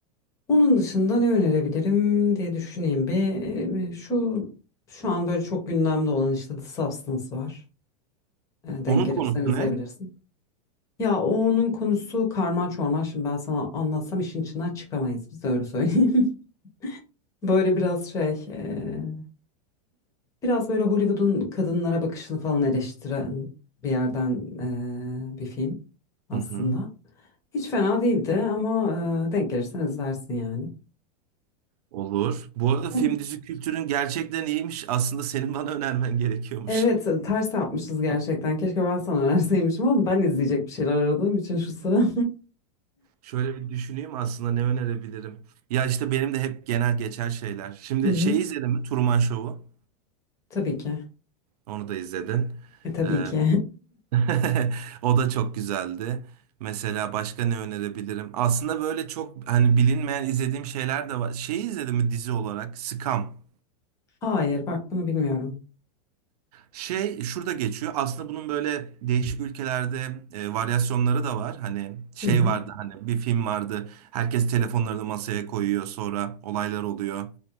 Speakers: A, on the left (about 15°); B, on the right (about 70°).
A: Onun dışında ne önerebilirim diye düşüneyim bir. Ee, Şu şu an böyle çok gündemde olan işte The Substance var. Ee, Denk
B: Onun
A: gelirsen
B: konusu
A: izleyebilirsin.
B: ne?
A: Ya o onun konusu karman çorman. Şimdi ben sana anlatsam işin içinden çıkamayız. Biz öyle söyleyeyim. <laughs> Böyle biraz şey, e, biraz böyle Hollywood'un kadınlara bakışını falan eleştiren bir yerden e, bir film aslında.
B: Hı hı.
A: Hiç fena değildi ama e, denk gelirsen izlersin yani.
B: Olur. Bu arada film
A: On-
B: dizi kültürün gerçekten iyiymiş. Aslında senin bana önermen gerekiyormuş.
A: Evet, ters yapmışız gerçekten. Keşke ben sana önerseymişim ama ben izleyecek bir şeyler aradığım için şu sıra.
B: Şöyle bir düşüneyim aslında ne önerebilirim. Ya işte benim de hep genel geçer şeyler. Şimdi
A: <laughs> Hı hı.
B: şeyi izledin mi? Truman Show'u.
A: Tabii ki.
B: Onu da izledin.
A: E, tabii
B: Ee,
A: ki.
B: <laughs> o da çok güzeldi. Mesela başka ne önerebilirim? Aslında böyle çok hani bilinmeyen izlediğim şeyler de var. Şeyi izledin mi dizi olarak? Scam.
A: <laughs> Hayır, bak bunu bilmiyorum.
B: Şey şurada geçiyor. Aslında bunun böyle değişik ülkelerde e, varyasyonları da var. Hani şey
A: Hı hı.
B: vardı hani bir film vardı. Herkes telefonlarını masaya koyuyor. Sonra olaylar oluyor.